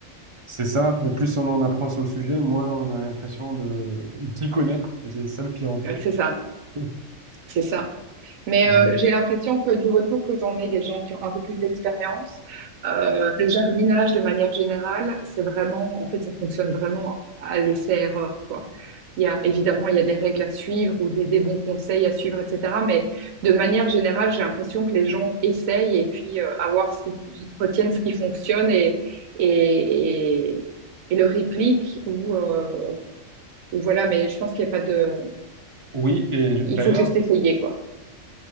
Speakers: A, on the right (about 45°); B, on the right (about 75°).
A: c'est ça. Mais plus on en apprend sur le sujet, moins on a l'impression de, d'y connaître. C'est c'est ça le pire, en fait.
B: Euh, C'est ça,
A: <laughs>
B: c'est ça. Mais
A: Euh,
B: euh, j'ai l'impression que du retour que j'en ai des gens qui ont un peu plus d'expérience, euh, le jardinage de manière générale, c'est vraiment, en fait, ça fonctionne vraiment à l'essai-erreur, quoi. Il y a, évidemment, il y a des règles à suivre ou des, des bons conseils à suivre, etc. Mais de manière générale, j'ai l'impression que les gens essayent et puis euh, à voir ce qui, ils retiennent ce qui fonctionne et, et, et, et le répliquent ou, euh, ou voilà. Mais je pense qu'il n'y a pas de,
A: oui, et je- d'ailleurs,
B: il faut juste essayer, quoi.